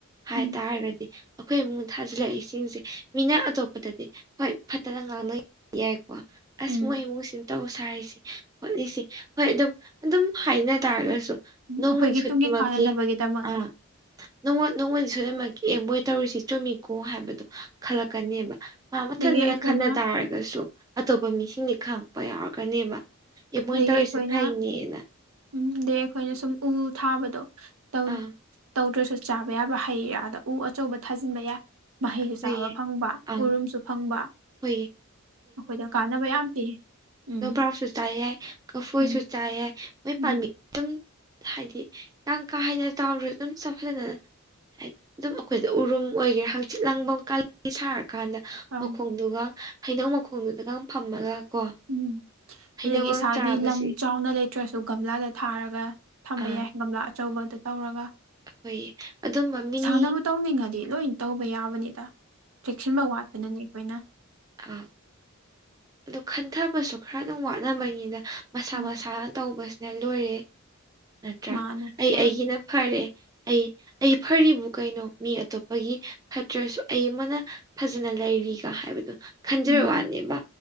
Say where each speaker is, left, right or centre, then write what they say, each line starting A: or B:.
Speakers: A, on the right; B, on the right.
A: ꯍꯥꯏꯇꯥꯔꯒꯗꯤ
B: ꯎꯝ
A: ꯑꯩꯈꯣꯏ ꯑꯃꯨꯛ ꯊꯥꯖꯤꯜꯂꯛꯏ ꯏꯁꯤꯡꯁꯦ ꯃꯤꯅ ꯑꯇꯣꯞꯄꯗꯗꯤ ꯍꯣꯏ ꯐꯠꯇꯅ ꯉꯥꯡꯅ ꯌꯥꯏꯀꯣ ꯑꯁ
B: ꯎꯝ
A: ꯃꯣꯏ ꯏꯃꯨꯡꯁꯤ ꯇꯧ ꯁꯥꯔꯤꯁꯤ ꯈꯣꯠꯂꯤꯁꯤ ꯍꯣꯏ ꯑꯗꯨꯝ ꯑꯗꯨꯝ ꯍꯥꯏꯅ ꯇꯥꯔꯒꯁꯨ
B: ꯎꯝ
A: ꯅꯣꯡꯃꯟ
B: ꯑꯩꯈꯣꯏꯒꯤ
A: ꯁꯨꯠꯄꯃꯛꯀꯤ
B: ꯇꯨꯡꯒꯤ ꯀꯥꯟꯅꯅꯕꯒꯤꯗꯃꯛꯅꯦ
A: ꯑꯥ ꯅꯣꯡ ꯅꯣꯡꯃꯣꯟꯗꯤ ꯁꯣꯏꯗꯅꯃꯛꯀꯤ ꯑꯦ ꯃꯣꯏ ꯇꯧꯔꯤꯁꯤ ꯆꯨꯝꯃꯤꯀꯣ ꯍꯥꯏꯕꯗꯣ ꯈꯜꯂꯛꯀꯅꯦꯕ ꯃꯥ ꯃꯊꯟꯗꯅ
B: ꯑꯗꯒꯤ ꯑꯩꯈꯣꯏꯅ
A: ꯈꯟꯅ ꯇꯥꯔꯒꯁꯨ ꯑꯇꯣꯞꯄ ꯃꯤꯁꯤꯡꯗꯤ ꯈꯪ ꯄ ꯌꯥꯎꯔꯛꯀꯅꯦꯕ ꯑꯦ ꯃꯣꯏꯅ
B: ꯑꯗꯒꯤ
A: ꯇꯧꯔꯤꯁꯦ
B: ꯑꯩꯈꯣꯏꯅ
A: ꯐꯩꯅꯦꯅ
B: ꯎꯝ ꯗꯩ ꯑꯩꯈꯣꯏꯅ ꯁꯨꯝ ꯎ ꯊꯥꯕꯗꯣ ꯇꯧꯅꯤ
A: ꯑꯥ
B: ꯇꯧꯗ꯭ꯔꯁꯨ ꯆꯥꯕ ꯌꯥꯕ ꯍꯩꯔ ꯑꯗ ꯎ ꯑꯆꯧꯕ ꯊꯥꯖꯤꯟꯕ ꯌꯥꯏ ꯃꯍꯩꯁꯨ
A: ꯐꯩꯌꯦ
B: ꯆꯥꯕ ꯐꯪꯕ
A: ꯑꯪ
B: ꯎꯔꯨꯝꯁꯨ ꯐꯪꯕ
A: ꯍꯣꯏꯌꯦ
B: ꯑꯩꯈꯣꯏꯗ ꯀꯥꯟꯅꯕ ꯌꯥꯝ ꯄꯤ ꯎꯝ
A: ꯅꯣꯕꯥꯕꯁꯨ ꯆꯥ ꯌꯥꯏ ꯀꯐꯣꯏꯁꯨ
B: ꯎꯝ
A: ꯆꯥ ꯌꯥꯏ ꯃꯣꯏ ꯄꯥꯝꯕꯤ
B: ꯎꯝ
A: ꯑꯗꯨꯝ ꯍꯥꯏꯗꯤ ꯌꯥꯝ ꯀꯥ ꯍꯦꯟꯅ ꯆꯥꯎꯗꯔꯁꯨ ꯑꯗꯨꯝ ꯆꯞꯐꯅꯅ ꯍꯥꯏꯗꯤ ꯑꯗꯨꯝ ꯑꯩꯈꯣꯏꯗ ꯎꯔꯨꯝ ꯑꯣꯏꯒꯦꯔꯥ ꯍꯪ ꯁꯤꯠ ꯂꯪꯕ ꯀ ꯁꯥꯔꯀꯥꯟꯗ
B: ꯑꯪ
A: ꯃꯈꯣꯡꯗꯨꯒ ꯍꯩꯅꯧ ꯃꯈꯣꯡꯗꯨꯗꯒ ꯐꯝꯃꯒ ꯀꯣ
B: ꯎꯝ
A: ꯍꯩꯅꯧꯒ
B: ꯑꯗꯒꯤ ꯏꯁꯥꯒꯤ
A: ꯆꯥꯕꯁꯤ
B: ꯂꯝ ꯆꯥꯎꯅ ꯂꯩ ꯅꯠꯇ꯭ꯔꯁꯨ ꯒꯝꯂꯥꯗ ꯊꯥꯔꯒ ꯊꯝꯕ
A: ꯑꯥ
B: ꯌꯥꯏ ꯒꯝꯂꯥ ꯑꯆꯧꯕꯗ ꯇꯧꯔꯒ
A: ꯑꯩꯈꯣꯏ ꯑꯗꯨꯝꯕ ꯃꯤꯅꯤ
B: ꯏꯁꯥꯅꯕꯨ ꯇꯧꯅꯤꯡꯉꯗꯤ ꯂꯣꯏ ꯇꯧꯕ ꯌꯥꯕꯅꯤꯗ ꯆꯦꯛꯁꯤꯟꯕ ꯋꯥꯠꯄꯅꯅꯤ ꯑꯩꯈꯣꯏꯅ
A: ꯑꯝ ꯑꯗꯨ ꯈꯟꯊꯕꯁꯨ ꯈꯔ ꯑꯗꯨꯝ ꯋꯥꯠꯅꯕꯅꯤꯅ ꯃꯁꯥ
B: ꯎꯝ
A: ꯃꯁꯥꯅ ꯇꯧꯕꯁꯤꯅ ꯂꯣꯏꯔꯦ ꯅꯠꯇ꯭ꯔꯥ
B: ꯃꯥꯅꯦ
A: ꯑꯩ
B: ꯃꯥꯅꯦ
A: ꯑꯩꯒꯤꯅ ꯐꯔꯦ ꯑꯩ ꯑꯩ ꯐꯔꯤꯕ ꯀꯩꯅꯣ ꯃꯤ ꯑꯇꯣꯞꯄꯒꯤ ꯐꯠꯇ꯭ꯔꯁꯨ ꯑꯩ ꯑꯃꯅ ꯐꯖꯅ ꯂꯩꯔꯤꯒ ꯍꯥꯏꯕꯗꯣ ꯈꯟꯖꯕꯩ
B: ꯎꯝ
A: ꯋꯥꯅꯦꯕ